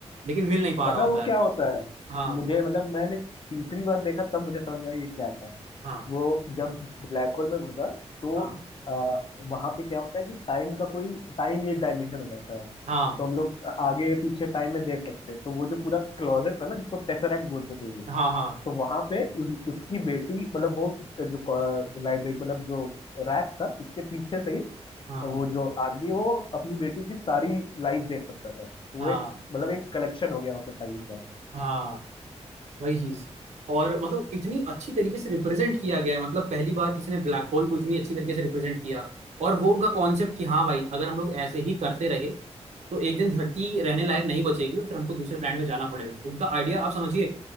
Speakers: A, on the right; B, on the left.
A: लेकिन मिल नहीं पा
B: पता
A: रहा होता
B: है वो
A: है
B: क्या होता है
A: हाँ
B: मुझे मतलब मैंने तीसरी बार देखा तब मुझे समझ में आया ये क्या था
A: हाँ
B: वो जब ब्लैक होल में घुसा तो
A: हाँ
B: आ, वहां पे क्या होता है कि टाइम का कोई टाइम ही एक डायमेंशन हो जाता है
A: हाँ
B: तो हम लोग आगे पीछे टाइम में देख सकते हैं तो वो जो पूरा क्लॉजेट था ना जिसको टेसरैक्ट बोलते थे ये लोग
A: हाँ हाँ
B: तो वहां पे उस, उसकी बेटी मतलब वो जो लाइब्रेरी मतलब जो रैक था उसके पीछे से ही
A: हाँ
B: तो वो जो आदमी वो अपनी बेटी की सारी लाइफ देख सकता था तो वो
A: हाँ
B: एक मतलब एक कलेक्शन हो गया वहाँ पे टाइम का
A: हाँ वही चीज और मतलब इतनी अच्छी तरीके से रिप्रेजेंट किया गया है मतलब पहली बार किसी ने ब्लैक होल को इतनी अच्छी तरीके से रिप्रेजेंट किया और वो उनका कॉन्सेप्ट कि हाँ भाई अगर हम लोग ऐसे ही करते रहे तो एक दिन धरती रहने लायक नहीं बचेगी और फिर हमको दूसरे प्लैनेट में जाना पड़ेगा उनका आइडिया आप समझिए